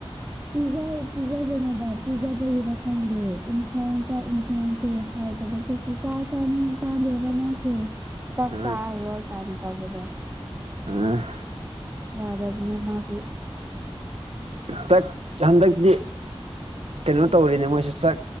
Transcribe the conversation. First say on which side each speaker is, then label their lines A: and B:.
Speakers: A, on the right; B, on the right.
A: ꯄꯤꯖꯥ ꯄꯤꯖꯥꯕꯅꯦꯕꯥ ꯄꯤꯖꯕꯒꯤꯔꯥ ꯈꯪꯗꯦ ꯏꯟꯁꯥꯡ ꯆꯥꯛ ꯏꯟꯁꯥꯡꯁꯦ ꯍꯥꯎꯇꯥꯕꯁꯤꯁꯨ ꯆꯥꯛ ꯆꯥꯅꯤꯡ ꯆꯥꯗꯦꯕ ꯃꯥꯁꯦ ꯆꯥꯛ
B: ꯑ
A: ꯆꯥꯔꯔꯣꯏ ꯀꯥꯏꯅ ꯇꯧꯕꯗꯣ
B: ꯑ
A: ꯌꯥꯗꯕꯅꯦ ꯃꯥꯗꯤ
B: ꯆꯛ ꯍꯟꯗꯛꯇꯤ ꯀꯩꯅꯣ ꯇꯧꯔꯦꯅꯦ ꯃꯣꯏꯁꯦ ꯆꯛ